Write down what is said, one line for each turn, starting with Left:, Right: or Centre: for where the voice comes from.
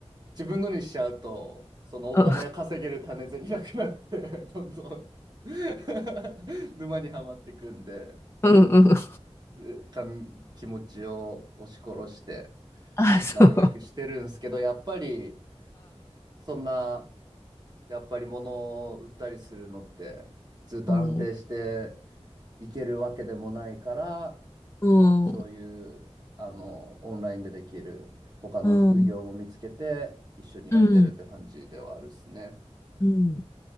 Right: 自分のにしちゃうと、そのお金稼げる種銭なくなって、
Left: <laughs>
Right: <laughs> どんどん <laughs> 沼にはまっていくんで、
Left: うんうんうん。
Right: ずかみ気持ちを押し殺して、
Left: あ、そう。
Right: なるべくしてるんですけど、やっぱり、そんな、やっぱり物を売ったりするのって、ずっと安定して
Left: うん。
Right: いけるわけでもないから、
Left: うん。
Right: そういう、
Left: う
Right: あの、オンラインでできる他の副業も見つけて、
Left: ん。
Right: 一緒にやってるって感じではあるですね。
Left: うん。うん。